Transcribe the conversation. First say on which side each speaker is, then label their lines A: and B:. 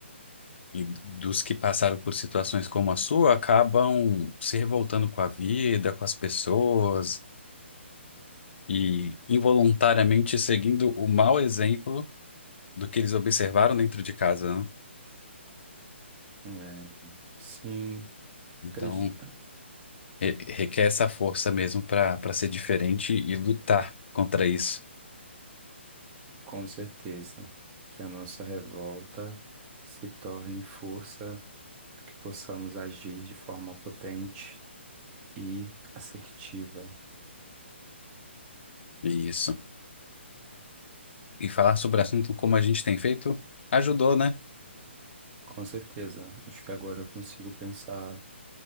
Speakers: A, on the left; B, on the right.
A: e dos que passaram por situações como a sua acabam se revoltando com a vida, com as pessoas e involuntariamente seguindo o mau exemplo do que eles observaram dentro de casa, né?
B: É, sim,
A: Então,
B: acredito
A: re- requer essa força mesmo para para ser diferente e lutar contra isso.
B: com certeza que a nossa revolta se torne força para que possamos agir de forma potente e assertiva.
A: Isso. E falar sobre o assunto como a gente tem feito ajudou, né?
B: Com certeza. Acho que agora eu consigo pensar,